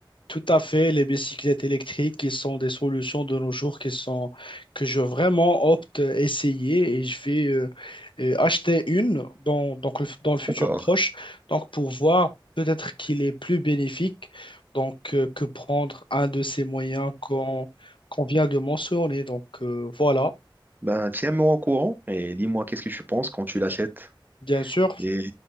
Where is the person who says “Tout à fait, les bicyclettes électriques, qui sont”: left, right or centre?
Left